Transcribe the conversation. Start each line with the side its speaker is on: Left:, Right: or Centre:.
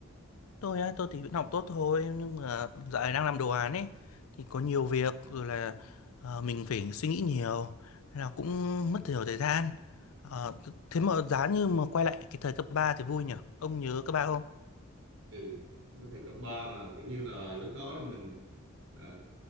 Left: Tôi á, tôi thì vẫn học tốt thôi nhưng mà dạo này đang làm đồ án ấy thì có nhiều việc rồi là ờ, mình phải suy nghĩ nhiều nên là cũng mất nhiều thời gian. Ờ, thế mà giá như mà quay lại cái thời cấp 3 thì vui nhỉ? Ông nhớ cấp 3 không?
Right: ừ với thời cấp 3 mà kiểu như là lúc đó thì mình ờ,